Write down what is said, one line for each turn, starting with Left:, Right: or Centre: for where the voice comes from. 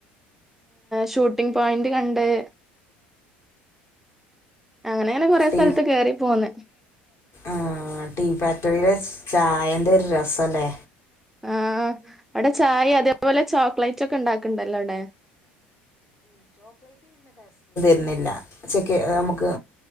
Centre: ശൂ പിൻപോയിന്റ് കണ്ട്‌ അങ്ങനെ അങ്ങനെ കൊറെ
Left: ടീ
Centre: സ്ഥലത്ത് കേറി പോന്ന്
Left: ആഹ് ടീ ഫാക്ടറിയിലെ ചായന്റെ ഒരു രസല്ലേ
Centre: ആഹ് അവിടെ ചായ അതെ തെപോലെ ചോക്ലേറ്റ് ഒക്കെ ഉണ്ടാക്കണ്ടല്ലോ അവിടെ
Left: തന്നില്ല ചെക്ക്നമുക്ക്